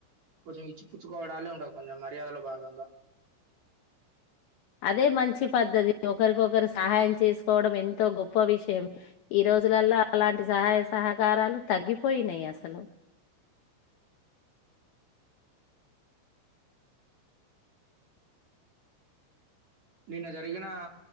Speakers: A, on the right (about 45°); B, on the left (about 75°).
A: కొంచెం ఇచ్చిపుచ్చుకోవడాలే ఉంటవు కొంచెం మర్యాదలో భాగంగా
B: అదే మంచి పద్ధతి ఒకరికొకరు సహాయం చేసుకోవడం ఎంతో గొప్ప విషయం ఈ రోజులల్లో అలాంటి సహాయ సహకారాలు తగ్గిపోయినాయి అసలు
A: నిన్న జరిగిన